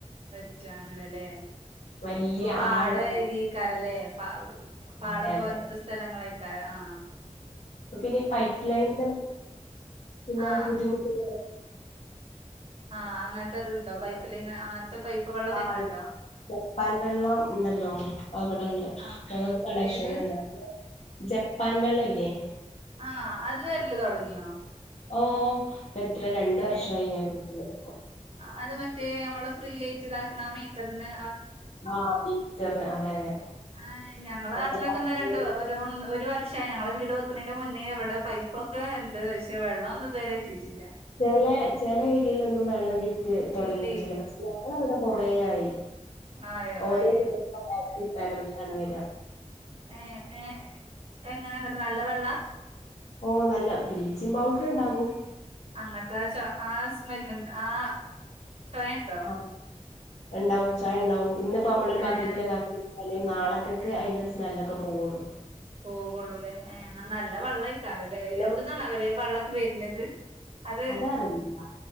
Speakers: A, on the right (about 50°); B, on the left (about 65°).
A: റ്റ അങ്ങനെല്ലേ
B: വല്യ
A: അപ്പൊ പാട
B: ആഴം
A: ഏരിക്കാരല്ലേ പ പാടം
B: അതെ അതെ
A: പോലത്തെ സ്ഥലങ്ങളേക്കാല ആഹ
B: പിന്നെ ഈ പൈപ്പ് ലൈന്റെ പിന്നെ
A: ആ
B: ബുദ്ധിമുട്ടുകള
A: ആഹ് അങ്ങനത്തെരുണ്ടോ പൈപ്പില് ഇങ്ങനെ അ ഇപ്പൊ വെള്ളം
B: ആ
A: വരണൊണ്ടോ
B: ജപ്പാൻ വെള്ളം ണ്ടല്ലോ അവിടെണ്ട്
A: ആ
B: ഞങ്ങൾക്ക് കണക്ഷൻ
A: ഏത്
B: ഉണ്ട ജപ്പാൻ വെള്ള ഇല്ലേ
A: ആ അത് വരല് തൊടങ്ങിയോ
B: ഓ എത്ര രണ്ട
A: ഏ
B: വർഷമായി ഞാൻ നക്കത്
A: അത് മറ്റേ നമ്മള് ഫ്രീ ആയിട്ട് ഇതാക്കണ വേ തന്നെ
B: ആഹ ബീറ്റർന് അതെ അതെ
A: ആ ഞങ്ങളെ നാട്ടിലെക്കുന്ന
B: എത്ര പത്ത്
A: ര ണ്ട് ഒര് ന്ന് പക്ഷെ ഞങ്ങളെ വീട് വെക്കണേന് മുന്നേ ഇവിടെ പൈപ്പൊക്കെ ഉണ്ട് പക്ഷെ വെള്ളമൊന്നും ഇതുവരെ എത്തിയിട്ടില്ല
B: ച ചെല ഏരിയലൊന്നും വെള്ളം കിട്ടി തുടങ്ങിയിട്ടില്ല
A: ഇല്ലേ
B: പക്ഷടെ കൊറെയായി
A: ആയോ
B: ഓരോ
A: ഏഹ്
B: ദിവസം എടവിട്ടെടവിട്ടാണ് വരാ
A: ഏ ഏ എങ്ങനെ ന്ന്ട്ട് നല്ല വെള്ള
B: ഓ നല്ല ബ്ലീച്ചിങ് പൗഡർ ണ്ടാകും
A: അങ്ങനത്തെ ആ ച ആ സ്മെല്ണ്ട് ആ ചൊ ഉണ്ടോ
B: ആ ഉണ്ടാവും ചായ ഉണ്ടാവും ഇന്നപ്പമ്മളൊരു
A: ഏഹ്
B: ബക്കറ്റില കാര്യ അല്ലെ നാളക്കൊക്കെ അതിന്റെ സ്മെല്ലൊക്കെ പോവുള്ളൂ
A: പോകൊള്ളൂല്ലേ ഏ എന്നാ നല്ല വെള്ളം കഴിക്കാറല്ലേ
B: പിന്നെ
A: എവിടുന്നാണ അവരെ വെള്ളമൊക്കെ വരുന്നത് അത്
B: അതറിയില്ല